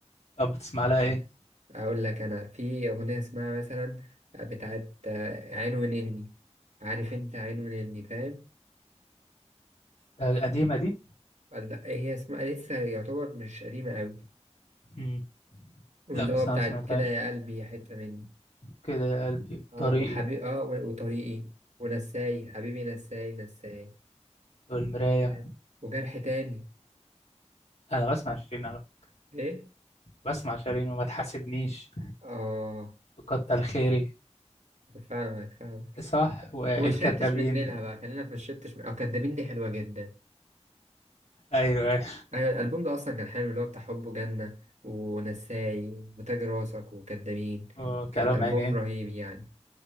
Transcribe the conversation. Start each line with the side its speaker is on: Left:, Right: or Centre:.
Left: طب بتسمع لها ايه؟
Right: اقول لك انا في اغنيه اسمها مثلا بتاعت عين ونني عارف انت عين ونني فاهم
Left: ده قديمة دي؟
Right: ولا هي اسمها لسه يعتبر مش قديمه قوي
Left: امم
Right: واللي
Left: لا بس
Right: هو بتاعت
Left: انا ما سمعتهاش
Right: كده يا قلبي يا حته مني
Left: كده يا قلبي
Right: اه
Left: طريقي
Right: وحبيبي اه و- وطريقي ونساي حبيبي نساي نساي
Left: والمراية
Right: فاهم وجرح تاني
Left: انا بسمع شيرين على فكرة
Right: ايه
Left: بسمع شيرين وما تحاسبنيش
Right: اه
Left: وكتر خيري
Right: فاهمك فاهمك
Left: صح والكدابين
Right: وما شربتش من نيلها بقى خلينا في ما شربتش من... أو كدابين دي حلوة جدا
Left: ايوه ايوه
Right: أيوة الألبوم ده أصلا كان حلو اللي هو بتاع حب جنة ونساي وتاج راسك وكدابين
Left: وكلام
Right: كان ألبوم
Left: عينيه
Right: رهيب يعني